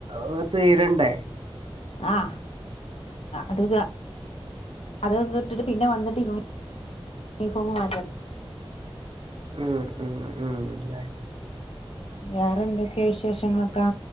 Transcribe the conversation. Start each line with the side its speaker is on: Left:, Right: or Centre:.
Right: ഉം തീരണ്ടേ.
Left: ആഹ് അത് അതൊന്നിട്ട് ഇട്ടിട്ട് പിന്നെ വന്നിട്ട് യൂണിഫോം യുണീഫോമ് മാറ്റണ്.
Right: ഉം ഉം ഉം അല്ലേ.
Left: വേറെന്തെക്കെയാ വിശേഷങ്ങളൊക്കാ